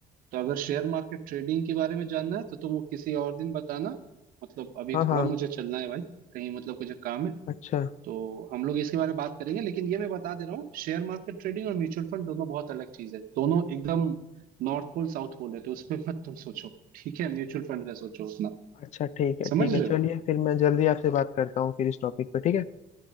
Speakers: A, on the right (about 70°); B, on the left (about 50°).
A: तो अगर शेयर मार्केट ट्रेडिंग के बारे में जानना है तो तुम वो किसी और दिन बताना मतलब अभी
B: हाँ
A: थोड़ा
B: हाँ
A: मुझे चलना है भाई कहीं मतलब कुछ काम है
B: अच्छा
A: तो हम लोग इसके बारे में बात करेंगे लेकिन ये मैं बता दे रहा हूँ शेयर मार्केट ट्रेडिंग और म्यूचुअल फंड दोनों बहुत अलग चीज है दोनों एकदम नॉर्थ पोल साउथ पोल है तो उसमें मत तुम सोचो ठीक है म्यूचुअल फंड का सोचो अपना
B: अच्छा ठीक है
A: समझ
B: ठीक है
A: रहे
B: चलिए
A: हो
B: फिर मैं जल्दी आपसे बात करता हूँ फिर इस टॉपिक पे ठीक है